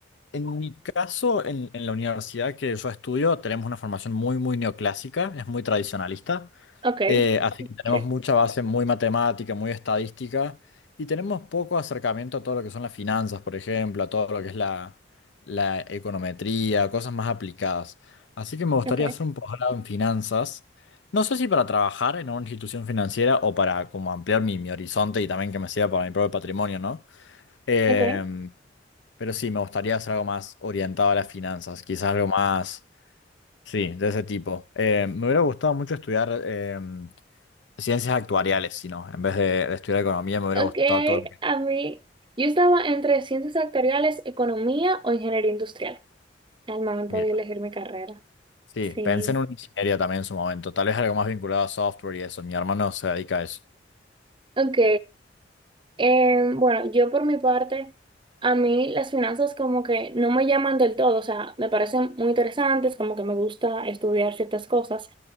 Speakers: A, on the left; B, on the right.
A: en mi caso, en, en la universidad que yo estudio, tenemos una formación muy, muy neoclásica, es muy tradicionalista.
B: Ok,
A: Eh, así que tenemos
B: sí,
A: mucha base muy matemática, muy estadística, y tenemos poco acercamiento a todo lo que son las finanzas, por ejemplo, a todo lo que es la, la econometría, cosas más aplicadas. Así que me gustaría
B: ok,
A: hacer un posgrado en finanzas. No sé si para trabajar en una institución financiera o para como ampliar mi, mi horizonte y también que me sirva para mi propio patrimonio, ¿no? Em,
B: ok,
A: pero sí, me gustaría hacer algo más orientado a las finanzas, quizás algo más, sí, de ese tipo. Eh, me hubiera gustado mucho estudiar em, Ciencias actuariales, si no, en vez de, de estudiar economía me hubiera
B: ok,
A: gustado todo lo que...
B: a mí, yo estaba entre ciencias sectoriales, economía o ingeniería industrial al momento
A: Mira,
B: de elegir mi carrera.
A: sí,
B: Sí,
A: pensé en una ingeniería también en su momento, tal vez algo más vinculado a software y eso, mi hermano se dedica a eso.
B: ok, eh, bueno, yo por mi parte, a mí las finanzas como que no me llaman del todo, o sea, me parecen muy interesantes, como que me gusta estudiar ciertas cosas